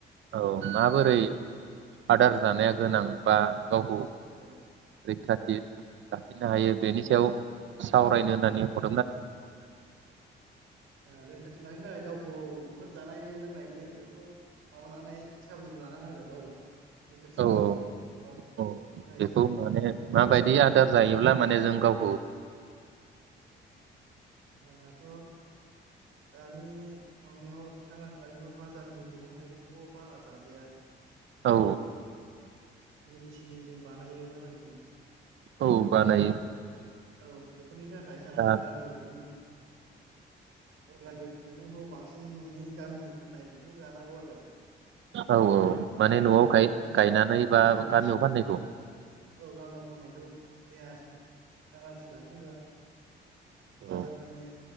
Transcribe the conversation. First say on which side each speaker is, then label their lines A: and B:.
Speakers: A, on the right; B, on the right.
A: औ माबोरै आदार जानाया गोनां बा गावखौ
B: दे
A: रैखाथि लाफिननो हायो बेनि सायाव सावरायनो होन्नानै ह
B: ओ रैखाथि लाहैनो थाखाय गावखौ खौ बहुद जानायनि लोंनायनि बेफोरखौ माबानानै साबोन ला आरो गाव रैखाथि
A: औ
B: लानो
A: औ
B: बा
A: औ
B: बेनि थाखाय
A: बेखौ
B: जा
A: माने
B: ओमफ्राय
A: माबायदि आदार जायोब्ला माने जों गावखौ
B: आदाराथ' दानि माबायाव सांग्रां सि लाै बाजारनि मैगं थाइगंखौबो बारा जाजाया
A: औ
B: मेडिसिन जों बानायो बाजारनि
A: औ बानायो
B: औ बेफोरनि थाखाय सांग्रांथि
A: दा
B: लाना आरो बिदिनो अर्गानिक मैगंखौ बांसिन न'नि गामिनि फाननाय बेफोरखौ जानांगौ आरो
A: औ औ माने
B: देहा
A: न'आव गाय
B: देहा
A: गायनानै बा
B: औ
A: गामियाव फाननायखौ
B: औ गामियाव फाननायखौ <unintelligible> सांग्रांथि लाखिनांगो आरो
A: औ
B: बाजारफोरनि